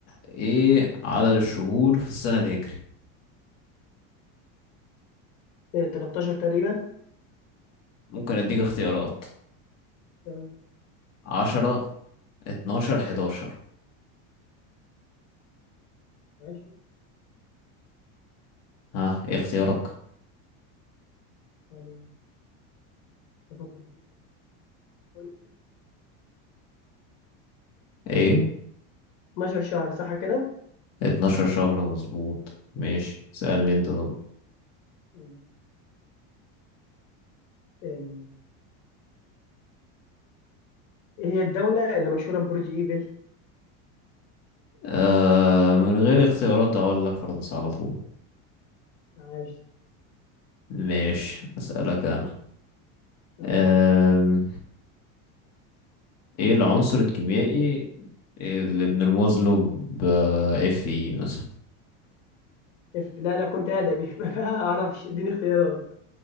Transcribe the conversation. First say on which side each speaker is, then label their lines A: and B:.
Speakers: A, on the left (about 40°); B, on the left (about 65°).
A: ايه عدد الشهور في السنة الهجري
B: إيه 13 تقريبا
A: ممكن اديك اختيارات
B: تمام
A: عشرة اتناشر حداشر
B: 20
A: ها ايه اختيارك
B: ثانية آه. بفكر فيها بس ولا-
A: ايه
B: 12 شهر صح كده؟
A: اتناشر شهر مظبوط ماشي سألني انت طب
B: تمام آه، ايه هي الدولة اللي مشهورة ببرج ايفل؟
A: آه من غير اختيارات اقول لك فرنسا على طول
B: عاش
A: ماشي اسألك انا
B: تمام
A: آه ايه العنصر الكيميائي اللي بنرمز له ب اف اي مثلا
B: إف- لا انا كنت ادبي <laughs> ما اعرفش اديني اختيارات